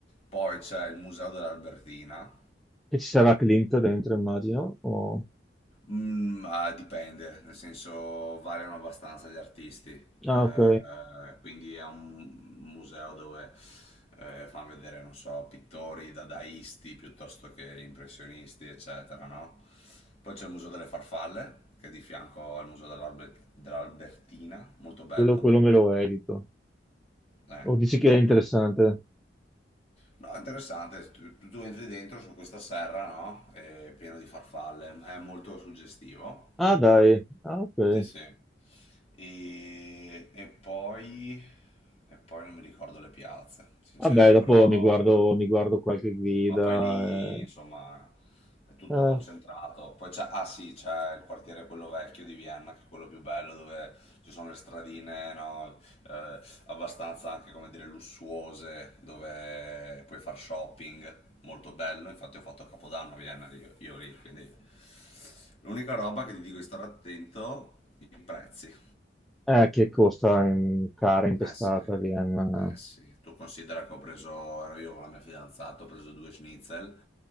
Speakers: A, on the left (about 35°); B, in the centre.
A: Poi c'è il museo dell'Albertina,
B: E ci sarà Clint dentro, immagino. o-
A: Mm, ah, dipende, nel senso variano abbastanza gli artisti,
B: Ah,
A: Eh,
B: ok,
A: eh, quindi è un mu- museo dove eh, fanno vedere, non so, pittori dadaisti piuttosto che impressionisti, eccetera, no? Poi c'è il Museo delle Farfalle, che è di fianco al Museo dell'Albe- dell'Albertina, molto bello.
B: quello, quello me lo evito.
A: Eh,
B: O dici che
A: que-
B: è interessante?
A: que- No, è interessante, tu, tu entri dentro su questa serra, no? È pieno di farfalle, è molto suggestivo.
B: Ah, dai, ah, ok.
A: Sì, sì. E, e poi, e poi non mi ricordo le piazze, sincero,
B: Vabbè, dopo
A: però,
B: mi guardo, mi guardo qualche guida.
A: ma poi lì, insomma, è tutto
B: Eh, eh,
A: concentrato. Poi c'è, ah sì, c'è il quartiere quello vecchio di Vienna, che è quello più bello, dove ci sono le stradine, no, eh, abbastanza anche, come dire, lussuose, dove puoi far shopping, molto bello. Infatti ho fatto Capodanno a Vienna, io, io lì, quindi... L'unica roba che ti dico di stare attento, i prezzi.
B: eh, che costa in cara impestata
A: Eh sì, eh
B: a Vienna.
A: sì. Tu considera che ho preso, ero io con la mia fidanzata, ho preso due schnitzel